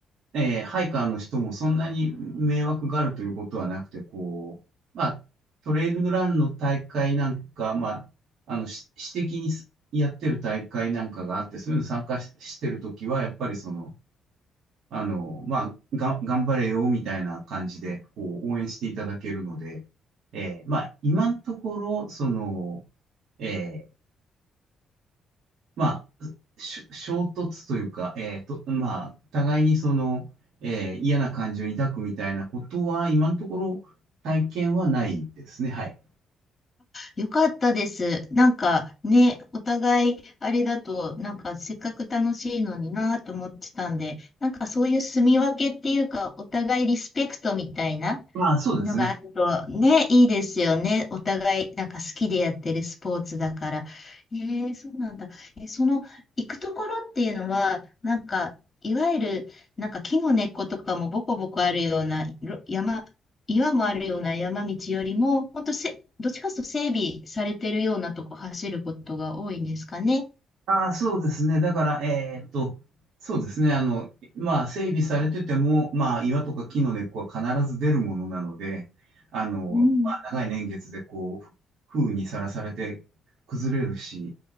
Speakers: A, on the right; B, on the left.
A: えー、ハイカーの人もそんなに迷惑があるということはなくて、こう、まあ、トレイルランの大会なんか、まあ、あの、し私的にすやってる大会なんかがあって、そういうの参加し、してるときは、やっぱりその、あの、まあ、が、頑張れよ、みたいな感じで、こう、応援していただけるので、えーまあ、今のところ、その、えーまあ、し衝突というか、えーと、まあ、互いにその、えー嫌な感情を抱くみたいなことは、今のところ体験はないですね。はい。
B: よかったです。なんかね、お互いあれだと、なんかせっかく楽しいのになぁと思ってたんで、なんかそういう住み分けっていうか、お互いリスペクトみたいな、
A: まあ、そうですね。
B: のがあるとね、
A: はい
B: いいですよね。お互い、なんか好きでやってるスポーツだから。えー、そうなんだ。え、その、行くところっていうのは、なんか、いわゆる、なんか木の根っことかもボコボコあるような、ろ山、岩もあるような山道よりも、ほんとせ、どっちかというと整備されてるようなとこ走ることが多いんですかね。
A: ああ、そうですね。だから、えーっと、そうですね。あの、まあ、整備されてても、まあ、岩とか木の根っこは必ず出るものなので、あの、
B: うん。
A: まあ、長い年月でこう、風雨にさらされて崩れるし、